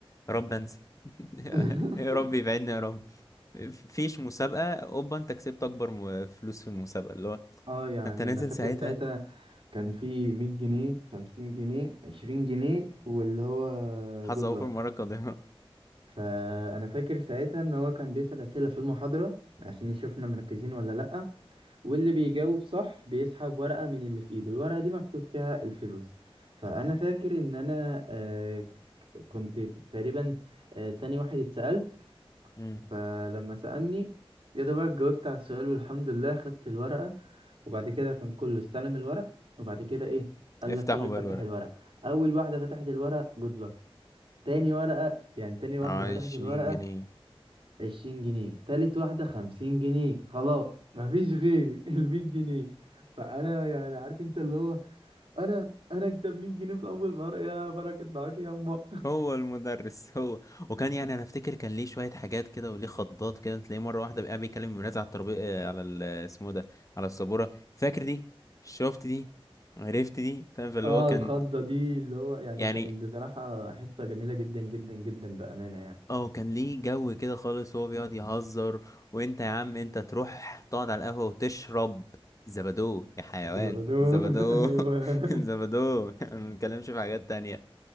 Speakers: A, on the left; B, on the right.
A: يا رب انزل <laughs>
B: <laughs>
A: يا رب يبعدني يا رب فيش مسابقة اوبا انت كسبت اكبر م- فلوس في المسابقة اللي هو
B: اه يعني
A: انت نازل
B: انا فاكر
A: ساعتها
B: ساعتها كان في 100 جنيه 50 جنيه 20 جنيه واللي هو
A: حظ
B: جود
A: اوفر
B: لك
A: المرة القادمة
B: فانا فاكر ساعتها ان هو كان بيسأل اسئلة في المحاضرة عشان يشوفنا مركزين ولا لأ واللي بيجاوب صح بيسحب ورقة من اللي في ايده الورقة دي مكتوب فيها الفلوس فانا فاكر ان انا آه، كنت تقريبا آه، تاني واحد اتسألت
A: <laughs> مم.
B: فلما سألني يا ده بقى جاوبت على السؤال والحمد لله خدت الورقة وبعد كده كان كله استلم الورق وبعد كده ايه قال
A: افتحوا
B: لك كله
A: بقى
B: فتح
A: الورق
B: الورق اول واحدة فتحت الورق جود لك تاني ورقة يعني تاني واحدة
A: عشرين
B: فتحت الورقة
A: جنيه
B: عشرين جنيه تالت واحدة خمسين جنيه خلاص مفيش غيري <laughs> المية جنيه فأنا يعني عارف انت اللي هو انا انا اكتب 100 جنيه في اول مرة يا بركة معاك يا أمه
A: هو المدرس <laughs> هو وكان يعني انا افتكر كان ليه شويه حاجات كده وليه خضات كده تلاقيه مره واحده بقى بيكلم الولاد على الترابيزه على ال- اسمه إيه ده على السبوره فاكر دي شفت دي عرفت دي فاهم فاللي
B: اه
A: هو كان
B: الخضة دي اللي هو يعني
A: يعني
B: كانت بصراحة حصة جميلة جدا جدا جدا بأمانة يعني
A: اه كان ليه جو كده خالص وهو بيقعد يهزر وانت يا عم انت تروح تقعد على القهوة وتشرب زبادو يا حيوان
B: زبدو
A: <laughs> زبادو
B: <laughs> ايوه
A: <laughs> زبادو <laughs> ما بنتكلمش في حاجات تانية